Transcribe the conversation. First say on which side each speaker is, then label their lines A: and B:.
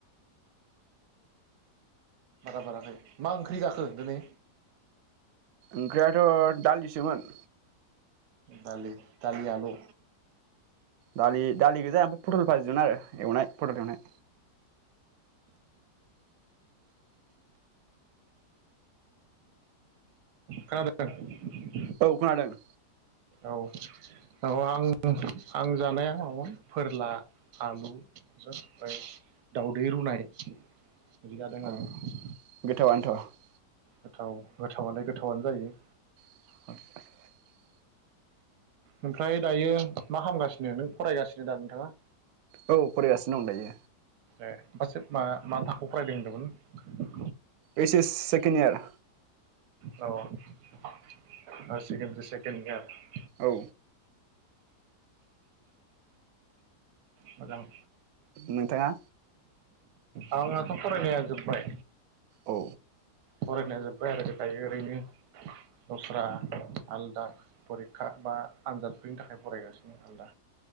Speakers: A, on the right; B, on the right.
A: बारा बाराखै मा ओंख्रि जाखो दिनै?
B: ओंख्रियाथ' दालिसोमोन।
A: दालि दालि आलु।
B: दालि दालि गोजा ओमफ्राय फटल फाजिमोन आरो एवनाय फटल एवनाय।
A: खोनादों।
B: औ खोनादों।
A: औ औ आं आं जानाया मामोन फोरला आलुजों ओमफ्राय दावदै रुनाय। बिदि जादों
B: अ
A: आरो
B: गोथावानोथ'
A: गोथाव गोथावालाय गोथावनो जायो।
B: <inaudible>
A: ओमफ्राय दायो मा खालामामगासिनो नों फरायगासिनो दा नोंथाङा?
B: औ फरायगासिनो दं दायो
A: ए फास इयार मा मा थाखोआव फरायदों होनदोंमोन?
B: H S second year.
A: औ हायार सेकेण्डारि सेकेण्ड इयार। <unintelligible>
B: औ।
A: मोजां।
B: नोंथाङा
A: आंहाथ फरायनाया जोब्बाय।
B: औ
A: फरायनाया जोब फरायनायाव जोब्बाय ओरैनो दस्रा आलदा फरिखा बा आनजादफोरनि थाखाय फरायगासिनो आलादा